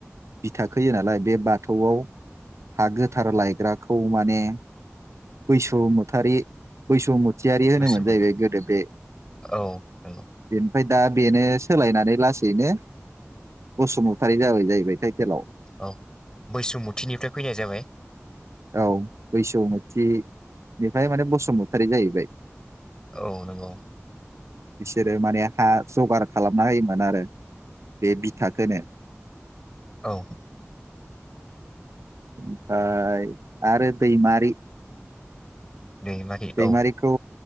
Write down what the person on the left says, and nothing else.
बसुमतारि
औ नंगौ।
औ बैसुमुथिनिफ्राय फैनाय जाबाय।
औ नंगौ।
औ
दैमारि
औ